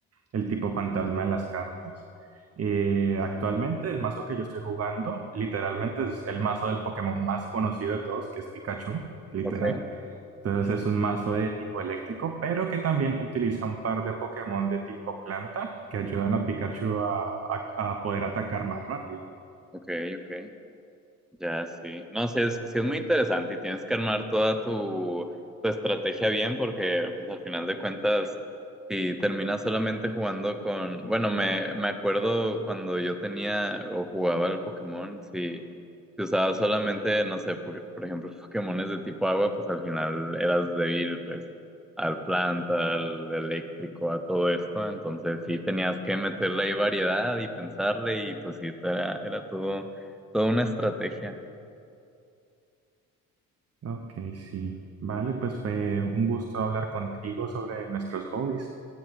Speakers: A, on the right (about 35°); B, in the centre.
A: el tipo fantasma en las cartas. Eh, actualmente el mazo que yo estoy jugando literalmente es el mazo del Pokémon más conocido de todos, que es Pikachu, literal.
B: Ok,
A: Entonces es un mazo de tipo eléctrico, pero que también utiliza un par de Pokémon de tipo planta que ayudan a Pikachu a, a- a poder atacar más rápido.
B: ok, ok. Ya, sí. No, sí es, sí es muy interesante y tienes que armar toda tu, tu estrategia bien porque, pues, al final de cuentas, si terminas solamente jugando con... Bueno, me, me acuerdo cuando yo tenía o jugaba al Pokémon, si, si usabas solamente, no sé, por, por ejemplo, <laughs> Pokémones de tipo agua, pues al final eras débil, pues, al planta, al eléctrico, a todo esto. Entonces, sí tenías que meterle ahí variedad y pensarle y, pues, sí, era, era todo Toda una estrategia.
A: Ok, sí. Vale, pues fue un gusto hablar contigo sobre nuestros hobbies.